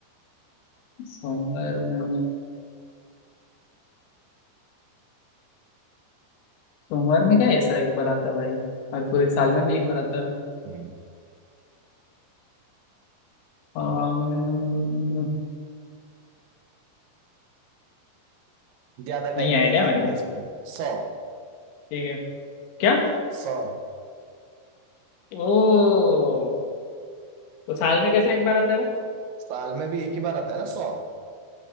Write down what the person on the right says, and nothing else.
हम्म
ज्यादा
टाइम
नहीं लगाएंगे
इस पे सौ
सौ
साल में भी एक ही बार आता है ना सौ